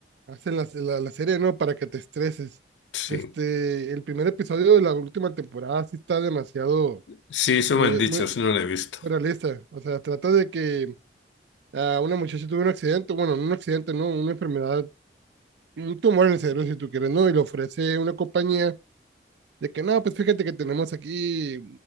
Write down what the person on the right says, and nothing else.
hacen la, la, la serie, ¿no? Para que te estreses.
Este, el primer episodio de la última temporada sí está demasiado
eh,
muy
realista. O sea, trata de que a una muchacha tuvo un accidente, bueno, no un accidente, no, una enfermedad, un tumor en el cerebro, si tú quieres, ¿no? Y le ofrece una compañía De que no, pues fíjate que tenemos aquí